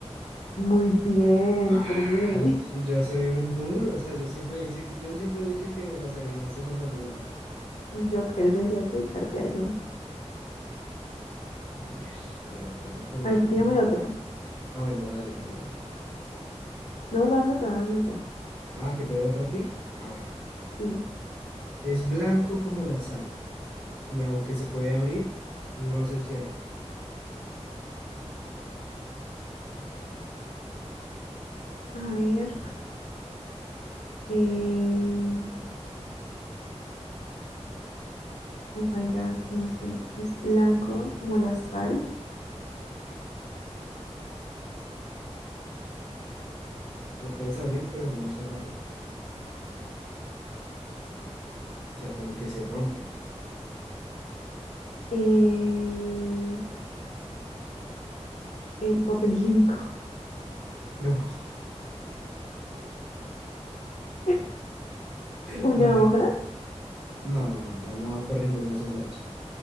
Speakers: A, on the left; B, in the centre.
A: Muy bien,
B: Ah,
A: por fin. <laughs>
B: yo soy un duro, o sea, yo siempre dice que, yo siempre he dicho que las adivinanzas son lo mío, la verdad.
A: Yo creo que deberías dedicarte a eso.
B: A ver, a ver, te voy a poner
A: A ver,
B: una.
A: tírame otra.
B: Ah, bueno, dale, dale, dale.
A: No, dame otra, dame otra.
B: Ah, que te dé otra a ti. Ah, bueno.
A: Sí.
B: Es blanco como la sal, y aunque se puede abrir, no se cierra.
A: A ver. eh, Oh my God, no sé. Es blanco como la sal.
B: Lo puedes abrir, pero no cerrarlo. O sea, como que se rompe.
A: eh, el papel higiénico.
B: No,
A: <laughs>
B: <laughs>
A: Una
B: a ver.
A: hoja.
B: No, no, no, no, no va por ninguno de esos lados.